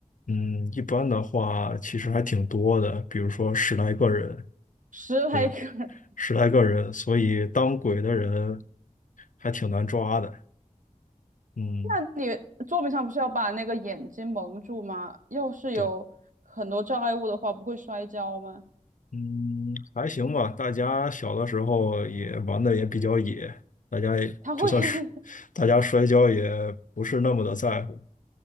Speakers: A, on the left (about 70°); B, on the right (about 70°).
A: 嗯，一般的话其实还挺多的，比如说十来个人，
B: 十来个人，
A: 对，十来个人，所以当鬼的人还挺难抓的。嗯，
B: 那你作品上不是要把那个眼睛蒙住吗？要是有很多障碍物的话，
A: 对，
B: 不会摔跤吗？
A: 嗯，还行吧。大家小的时候也玩的也比较野，大家也就算是
B: 他会，<laughs>
A: 大家摔跤也不是那么的在乎。